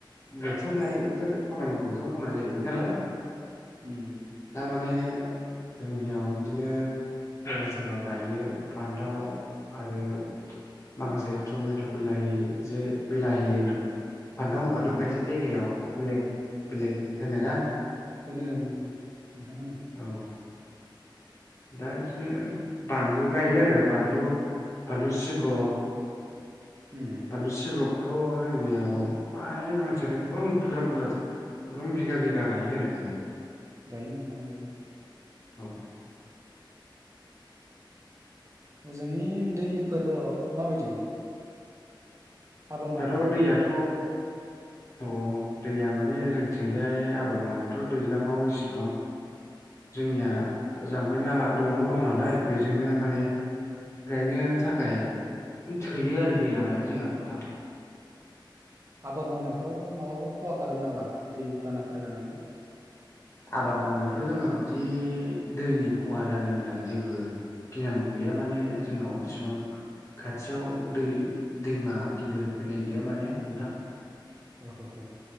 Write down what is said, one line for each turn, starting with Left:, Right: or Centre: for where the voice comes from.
Left: बोथोर लायै बोथोर खामानिबोथ' मावनाय जायो नालाय
Right: उम
Left: दामाने जोंनियाव बिदिनो सोरबा सोरबा गायो फान्थाव आरो माखासे टमेट' बिलाहि जे बिलाहिहोनो फान्थाव होनबाथ'
Right: उम
Left: खायसे जायगायाव बेलेग बेलेग होनो ना
Right: होनो होनो नोंथां होनो
Left: औ दा बिदिनो बानलु गायो आरो बानलु बानलु सिब्र'
Right: उम
Left: बानलु सिब्र'खौथ' जोंनियाव फ्राय मानसियाथ' गोबां बुरजा बुरजा गोबां बिगा बिगा गायो आरो माने।
Right: गायो नोंथाङा गायो।
Left: औ
Right: हजोंनि दैफोर माबायदि? आबाद मावनायफ्राव
Left: दाथ' दैयाथ' अ दैया माने जोंथिंजाय आबाद मावनायावथ' दैज्लाङाव बेसिबां जोंनिया जाम्फै नाला दग दंङ नालाय बेजोंनो माने गायनो थाखाय थोयो आरो दैया माने जोंना नोंथां
Right: आबाद मावनायफ्राव माबाफोर खहा खालाम नामा दैबानाफोर जानानै
Left: आबाद मावनायावथ' जोंहा बिदि दैनि खहा जानो गोनां जेबो गिनांगौ गैया माने जोंनाव इसिबां खाथियाव दै दैमा गिदिर फैनाय गैया माने नोंथां
Right: अ ह ह